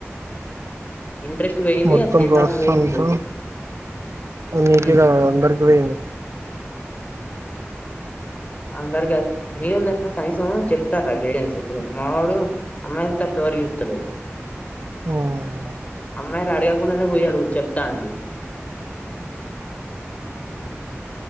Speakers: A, on the left; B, on the right.
A: ఇంట్రెస్ట్ పోయింది
B: మొత్తం
A: అది చేద్దామని
B: ప్రసంతో
A: మూడు లేదు
B: నీటిగా
A: ఉమ్
B: అందరికి పోయింది
A: అందరు కద మీవాడు కనీసం చెప్తారుర గైడెన్స్ మావాడు అమ్మాయిలకి తప్ప ఎవరికి చెప్పుడు అడు
B: మ్మ్
A: అమ్మాయిలు అడగకుండానే పోయాడు చెప్తాడు